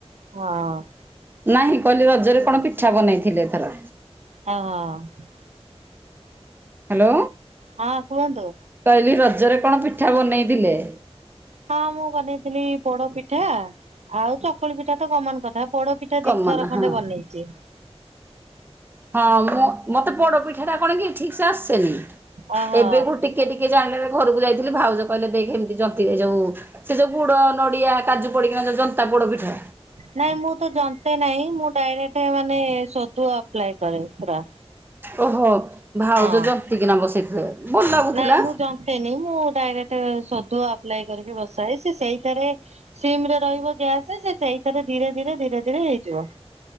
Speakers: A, on the right; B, on the right.
A: ହଁ।
B: ନାହିଁ କହିଲି ରଜରେ କଣ ପିଠା ବନେଇଥିଲେ ଏଥର?
A: ହଁ ଅ
B: ହ୍ୟାଲୋ
A: ହଁ କୁହନ୍ତୁ
B: କଇଲି ରଜରେ କଣ ପିଠା ବନେଇଥିଲେ?
A: ହଁ ମୁଁ ବନେଇଥିଲି ପୋଡପିଠା ଆଉ ଚକୁଳିପିଠା ତ କମନ କଥା। ପୋଡପିଠା
B: କମନ
A: ଦିଥର ଖଣ୍ଡେ
B: ହଁ।
A: ବନେଇଚି।
B: ହଁ ମୁଁ ମତେ ପୋଡ଼ପିଠାଟା କଣକି ଠିକସେ ଆସେନି।
A: ଓହୋ
B: ଏବେକୁ ଟିକେ ଟିକେ ଯାଇଁଲି ଏବେ ଘରକୁ ଯାଇଥିଲି ଭାଉଜ କହିଲେ ଦେଖେ ଏମିତି ଜନ୍ତି ଏଜଉ ସେ ଯୋଉ ଗୁଡ ନଡିଆ କାଜୁ ପଡିକିନା ଯଉ ଯନ୍ତା ପୋଡ଼ପିଠା
A: ନାଇଁ ମୁଁ ତ ଜନ୍ତେ ନାଇଁ ମୁଁ ଡାଇରେକ୍ଟ ମାନେ ସୋଦୁଅ ଆପ୍ଲାଇ କରେ ପୁରା।
B: ଓ ହୋ ଭାଉଜ
A: ହଁ
B: ଜନ୍ତିକିନା ବସେଇଥିଲେ। ଭଲ ଲାଗୁଥିଲା।
A: ନାଇଁ ମୁଁ ଜନ୍ତେନି ମୁଁ ଡାଇରେକ୍ଟ ସୋଦୁଅ ଆପ୍ଲାଇ କରିକି ବସାଏ ସେ ସେଇଟାରେ ସିମ୍ ରେ ରହିବ ଗ୍ୟାସ୍ ସେ ସେଇଥିରେ ଧିରେ ଧିରେ ଧିରେ ଧିରେ ହେଇଯିବ।